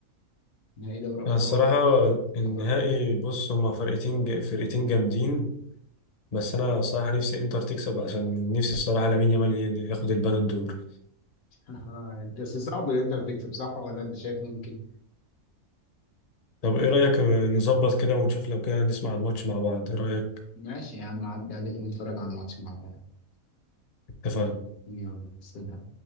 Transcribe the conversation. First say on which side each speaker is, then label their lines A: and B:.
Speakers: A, on the left; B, on the left.
A: نهائي دوري أبطال
B: أنا الصراحة
A: أفريقيا
B: النهائي
A: أبر- أوروبا
B: بص هما فرقتين ج- فرقتين جامدين بس أنا الصراحة نفسي إنتر تكسب عشان نفسي الصراحة لامين يامال ي- ياخد البالون دور
A: <laughs> بس صعب الإنتر تكسب صح ولا أنت شايف ممكن؟
B: طب إيه رأيك نظبط كده ونشوف لو كده نسمع الماتش مع بعض إيه رأيك
A: ماشي يا عم عدي عليك نتفرج على الماتش مع بعض
B: اتفقنا
A: يلا سلام